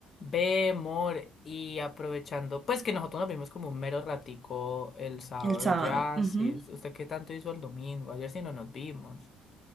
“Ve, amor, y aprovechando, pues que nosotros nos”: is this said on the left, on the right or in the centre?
Left